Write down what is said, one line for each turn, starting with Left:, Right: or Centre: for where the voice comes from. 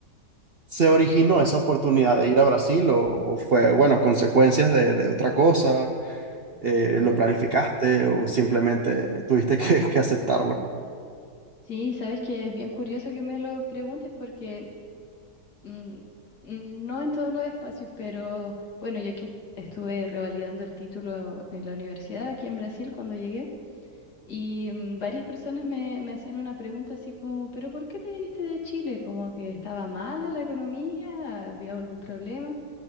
Right: se originó esa oportunidad de ir a Brasil o, o fue, bueno, consecuencias de, de otra cosa, Eh,
Left: Sí,
Right: lo planificaste o simplemente tuviste que, que aceptarlo.
Left: sí, sabes que es bien curioso que me lo preguntes porque mm, mm, no en todos los espacios, pero bueno, yo aquí estuve revalidando el título en la universidad aquí en Brasil cuando llegué y mm, varias personas me, me hacían una pregunta así como, ¿pero por qué te viniste de Chile? Como que estaba mala la economía, había algún problema.